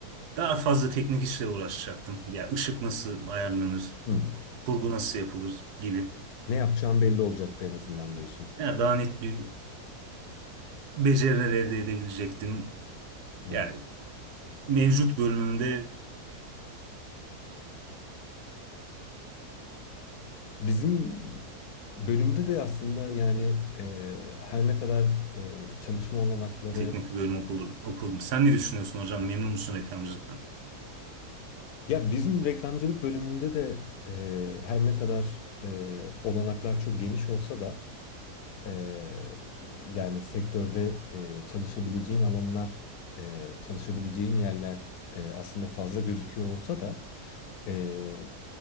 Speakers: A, on the right; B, on the left.
A: Daha fazla teknik işle uğraşacaktım. Ya ışık nasıl ayarlanır,
B: Hmm.
A: kurgu nasıl yapılır gibi.
B: Ne yapacağın belli olacaktı en azından diyorsun.
A: Ya daha net bir beceriler elde edebilecektim.
B: Evet.
A: Yani mevcut bölümümde
B: Bizim bölümde de aslında yani e, her ne kadar e, çalışma olanakları
A: teknik bir bölüm okurdum. okurdum. Sen ne düşünüyorsun hocam? Memnun musun reklamcılıktan?
B: ya bizim reklamcılık bölümünde de e, her ne kadar e, olanaklar çok geniş olsa da Eee, yani sektörde eee, çalışabileceğin alanlar, eee, çalışabileceğin yerler eee, aslında fazla gözüküyor olsa da eee,